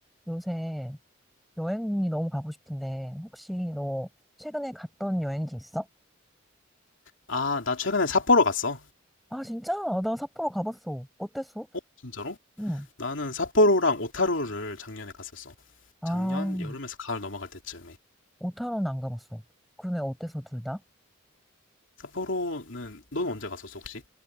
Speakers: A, in the centre; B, on the left.
A: 요새 여행이 너무 가고 싶은데, 혹시 너 최근에 갔던 여행지 있어?
B: 아, 나 최근에 삿포로 갔어.
A: 아, 진짜? 아, 나 삿포로 가봤어. 어땠어?
B: 어, 진짜로?
A: 응.
B: 나는 삿포로랑 오타루를 작년에 갔었어.
A: 아,
B: 작년 여름에서 가을 넘어갈 때쯤에.
A: 오타로는 안 가봤어. 근데 어땠어, 둘 다?
B: 삿포로는 넌 언제 갔었어, 혹시?